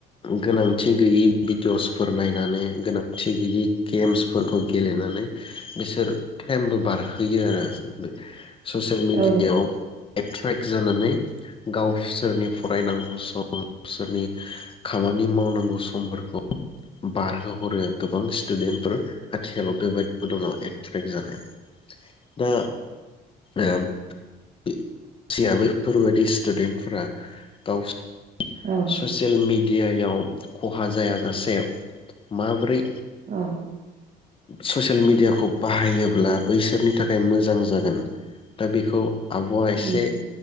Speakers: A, on the left (about 30°); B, on the right (about 45°).
A: गोनांथि गैयै भिडिअसफोर नायनानै गोनांथि गैयै गेम्सफोरखौ गेलेनानै बिसोर टाइमबो बारहोयो आरो। ससियेल मिडियायाव
B: औ
A: एकटिभ फ्रेक जानानै गावस सोरनि फरायनांगौ सोरनि खामानि मावनांगौ समफोरखौ बारहोहर हरो गोबां स्टुदेन्ट फोर आथिखालाव बेबायदि दंङ एट्रेक जानाय दा ओ <unintelligible> बैफोरबायदि स्टुडेन्टफोरा दाउस
B: औ
A: ससेल मिडि ए आइ आव खहा जायाजासे माब्रै
B: औ।
A: ससियेल मिडियाखौ बाहायोब्ला बैसोरनि थाखाय मोजां जागोन दा बेखौ आब' एसे-
B: उम